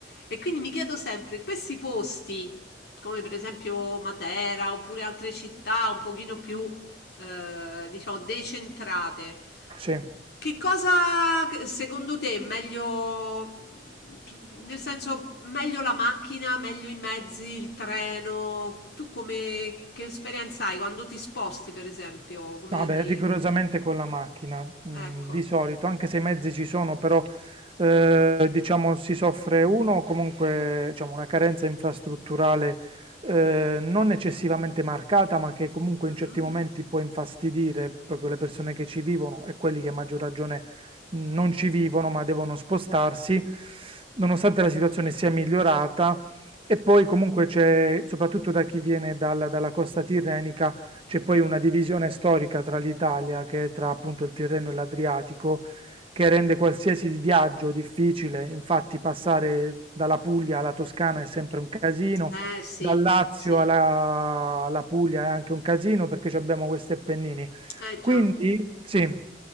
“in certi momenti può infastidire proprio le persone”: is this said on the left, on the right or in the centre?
Right